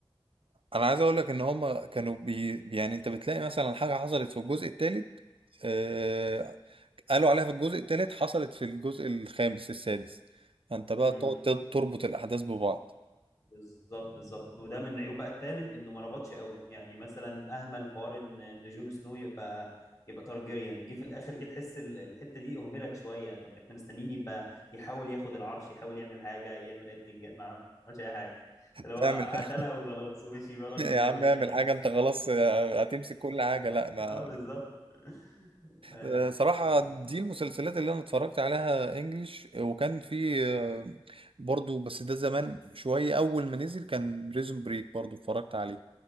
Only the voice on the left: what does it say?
امم
بالظبط بالظبط وده من عيوب بقى الثامن انه ما ربطش قوي يعني مثلا اهمل حوار ان ان جون سنو يبقى يبقى تارجيريان جه في الاخر كده تحس ال- الحته دي اهملت شويه طب احنا مستنيين يبقى يحاول ياخد العرش يحاول يعمل حاجه يعمل اي بتنج ما عملش اي حاجه اللي هو
قتلها وخلاص ومشي ورا الجدار
ماشي
يا عم
اه بالظبط <laughs>